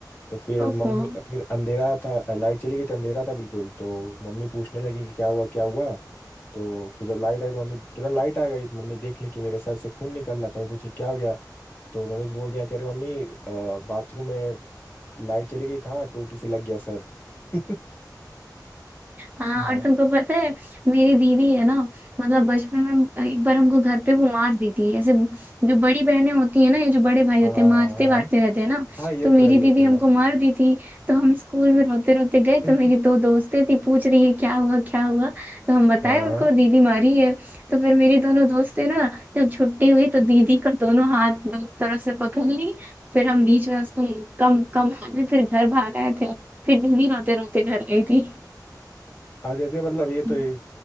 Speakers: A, on the left; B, on the right.
A: तो फिर
B: ओफो
A: मम्मी फिर अंधेरा था लाइट चली गई थी अंधेरा था बिल्कुल तो मम्मी पूछने लगी कि क्या हुआ क्या हुआ तो फिर जब लाइट आई तो मम्मी तुरंत लाइट आ गई तो मम्मी देख ली कि मेरे सर से खून निकल रहा तो मम्मी पूछी क्या हो गया तो मम्मी से बोल दिया कि अरे मम्मी अ, बाथरूम में लाइट चली गई था टोटी से लग गया सर <laughs>
B: हाँ
A: हाँ
B: और तुमको पता है मेरी दीदी है ना मतलब बचपन में एक बार हमको घर पे वो मार दी थी ऐसे जो बड़ी बहनें होती है ना ये जो बड़े भाई
A: हाँ
B: होते
A: हाँ
B: हैं मारते
A: हाँ हाँ
B: वारते रहते हैं ना
A: हाँ, ये
B: तो
A: तो
B: मेरी
A: है
B: दीदी
A: ये तो
B: हमको
A: है
B: मार दी थी तो हम स्कूल में रोते रोते गए
A: <laughs>
B: तो मेरी दो दोस्तें थी पूछ रही है क्या हुआ क्या हुआ तो हम बताए
A: हाँ
B: उनको
A: हाँ।
B: दीदी मारी है तो फिर मेरी दोनों दोस्तें ना जब छुट्टी हुई तो दीदी का दोनों हाथ दो तरफ से पकड़ ली फिर हम बीच में उसको मुक्का मुक्का मारे फिर घर भाग आए थे फिर दीदी रोते रोते घर गई थी
A: अब जैसे मतलब ये तो
B: हाँ
A: ये